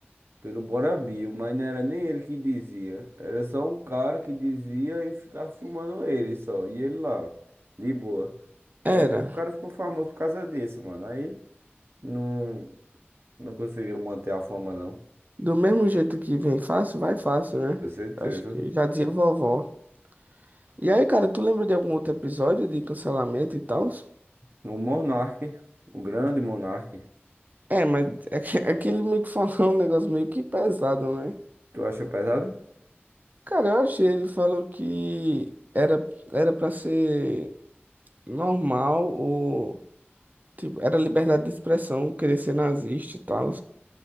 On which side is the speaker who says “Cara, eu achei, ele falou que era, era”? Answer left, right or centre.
Right